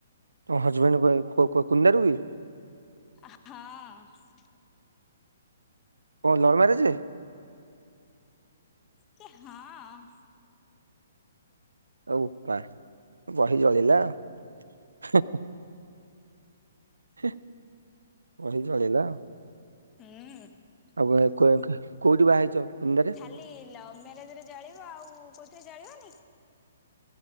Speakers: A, on the right (about 80°); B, on the left (about 20°).
A: ତ ହଜବେଣ୍ଡ <unintelligible> କି?
B: ଆ, ହଁ।
A: କଣ ଲଭ୍ ମ୍ୟାରେଜ୍?
B: କି ହଁ।
A: ଆଉ ବୋପା ବହି ଜଳିଲା ଆଉ। ହେ, ହେ ହେ, ବହି ଜଳିଲା ଆଉ।
B: ହୁଁ,
A: ଆଉ କୋଉଠି ବାହା ହେଇଚ କୁନ୍ଦରେ?
B: ଖାଲି ଲଭ୍ ମ୍ୟାରେଜ ରେ ଜାଳିବ ଆଉ କେଉଁଥିରେ ଜାଳିବନି?